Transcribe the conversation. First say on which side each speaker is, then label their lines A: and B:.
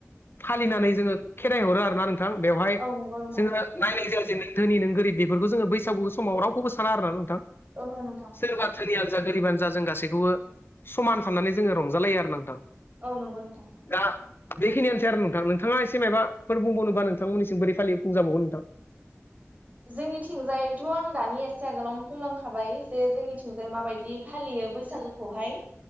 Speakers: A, on the left (about 50°); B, on the right (about 30°).
A: फालिनानै जोङो खेराइ हरो आरोना नोंथां बेवहाय
B: औ नंगौ नोंथां
A: जोङो नायनाय जाया जों धोनि नों गोरिब बेफोरखौ जोङो बैसागु समाव रावखौबो साना आरोना नोंथां।
B: ओहो नोंथां।
A: सोरबा धोनियानो जा गोरिबानो जा जों गासैखौबो समान साननानै जोङो रंजालायो आरो नोंथां‌।
B: औ नंगौ नोंथां।
A: दा बेखिनियानोसै आरो नोंथां नोंथाङा एसे माबाफोर बुंबावनोबा नोंथांमोननिसिम बोरै फालि बुंजाबावगोन नोंथां।
B: जोंनिथिंजायैथ' आं दानि एसे आगोलावनो बुंलांखाबाय जे जोंनिथिंजाय माबायदि फालियो बैसागोखौहाय।